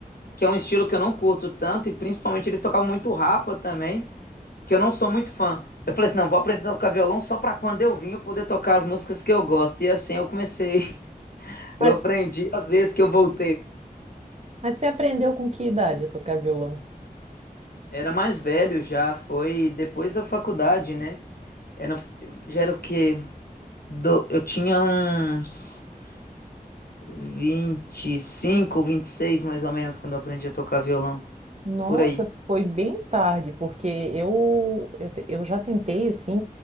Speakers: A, on the left; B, on the right.
A: que é um estilo que eu não curto tanto, e principalmente eles tocavam muito rapa também, que eu não sou muito fã. Eu falei assim, não, vou aprender a tocar violão só para quando eu vim eu poder tocar as músicas que eu gosto. E assim eu comecei, <laughs>
B: Mas,
A: eu aprendi às vezes que eu voltei.
B: mas você aprendeu com que idade a tocar violão?
A: Era mais velho já, foi depois da faculdade, né? Era, já era o quê? Do- eu tinha uns vinte vinte e cinco vinte e seis mais ou menos quando eu aprendi a tocar violão.
B: Nossa,
A: Por aí.
B: foi bem tarde, porque eu, eu, te- eu já tentei, assim,